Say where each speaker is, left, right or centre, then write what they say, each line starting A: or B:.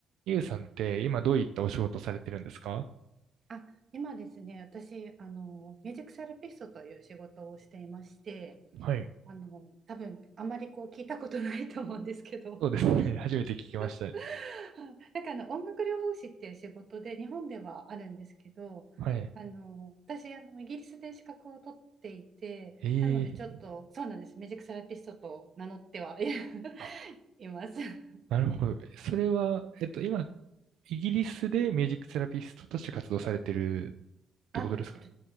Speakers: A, on the right; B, on the right.
A: ゆうさんって今どういったお仕事されてるんですか
B: はいあ、今ですね、私、あの、ミュージックセラピストという仕事をしていまして、
A: はい。
B: あの、多分あまりこう聞いたことないと思うんですけど、
A: そうですね。<laughs> 初めて聞きました。
B: <laughs> なんかあの音楽療法士っていう仕事で日本ではあるんですけど、
A: はい。
B: あの、私、あの、イギリスで資格を取っていて、
A: ええ
B: なのでちょっと、そうなんです、ミュージックセラピストと名乗ってはい <laughs>
A: あ、
B: います。<laughs>
A: なるほど。それは、えっと、今、イギリスでミュージックセラピストとして活動されてるってことですかね。
B: あ、えっと、えっ